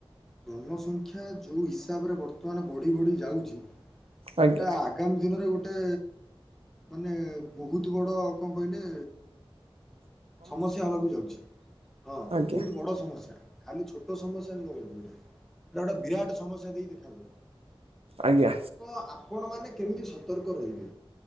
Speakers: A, in the centre; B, on the right (about 80°).
A: ଜନସଂଖ୍ୟା ଯୋଉ ହିସାବରେ ବର୍ତ୍ତମାନ ବଢି ବଢି ଯାଉଚି,
B: ଆଜ୍ଞା
A: ସେଟା ଆଗାମୀ ଦିନରେ ଗୋଟେ ମାନେ ବହୁତ ବଡ଼ କଣ କହିଲେ ସମସ୍ୟା ହବାକୁ ଯାଉଛି ହଁ
B: ଆଜ୍ଞା
A: ବହୁତ୍ ବଡ ସମସ୍ୟା, ଖାଲି ଛୋଟ ସମସ୍ୟା ନୁହେଁ <unintelligible> ଏଇଟା ଗୋଟା ବିରାଟ ସମସ୍ୟା ଦେଇ ଦେଖାଦେବ।
B: ଆଜ୍ଞା।
A: ତ ଆପଣ ମାନେ କେମିତି ସତର୍କ ରହିବେ